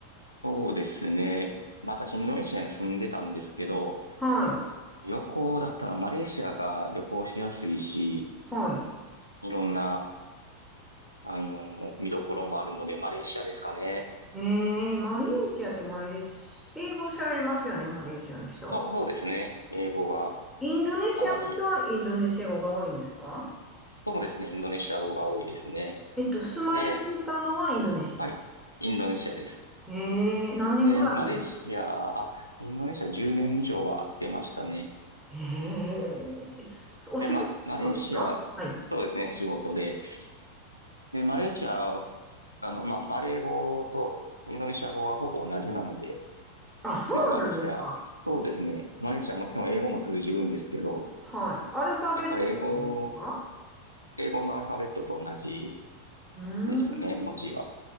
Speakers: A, on the left; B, in the centre.
A: そうですね。まあ私、インドネシアに住んでたんですけど、
B: はい。
A: 旅行だったらマレーシアが旅行しやすいし、
B: はい。
A: いろんな、あの、見どころもあるので、マレーシアですかね。
B: えー、マレーシアってマレーシ、英語喋れますよね、マレーシアの人。
A: そう、そうですね。英語が
B: インドネシアの人はインドネシア語が多いんですか
A: かなり、そうですね。インドネシア語が多いですね。
B: えっと、住まれてたのはインドネシア。
A: で、はい。インドネシアです。
B: ええ、何年ぐらいに
A: で、マレーシア、あ、インドネシア10年以上は出ましたね。
B: ええ、すお仕事ですかはい。
A: で、ま、マレーシア、そうですね。仕事で。で、マレーシア、あの、まあ、マレー語とインドネシア語はほぼ同じなので、
B: あ、そうなんですか。
A: まあ、マレーシア、そうですね。マレーシアもちろん英語も通じるんですけど、
B: はい。アルファベットですか
A: やっぱ英語、英語のアルファベットと同じ
B: うーん。
A: ですね、文字は。